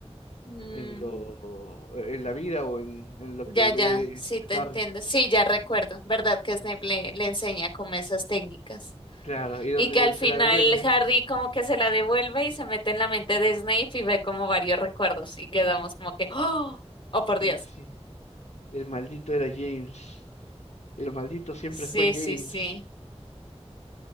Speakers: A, on the left; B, on the left.
A: Mm,
B: en lo en la vida o en, en lo
A: Ya,
B: que
A: ya,
B: ve
A: sí te
B: Harry.
A: entiendo. Sí, ya recuerdo, ¿verdad? Que Snape le, le enseña como esas técnicas.
B: Claro, y donde
A: Y que
B: le-
A: al
B: se
A: final
B: la devuelve.
A: Harry como que se la devuelve y se mete en la mente de Snape y ve como varios recuerdos y quedamos como que, ¡oh! ¡Oh, por
B: Y
A: Dios!
B: sí, el maldito era James. El maldito siempre
A: Sí,
B: fue James.
A: sí, sí.